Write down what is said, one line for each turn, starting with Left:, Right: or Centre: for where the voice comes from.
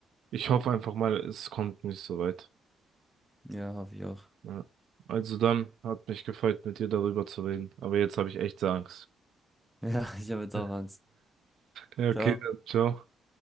Right: Ich hoffe einfach mal, es kommt nicht so weit.
Centre: Ja, hoffe ich auch. <laughs>
Right: Ja. Also dann, hat mich gefreut, mit dir darüber zu reden. Aber jetzt habe ich echt Angst.
Centre: Ja, ich habe jetzt
Right: <laughs>
Centre: auch Angst.
Right: Ja, okay,
Centre: Ciao.
Right: dann, ciao.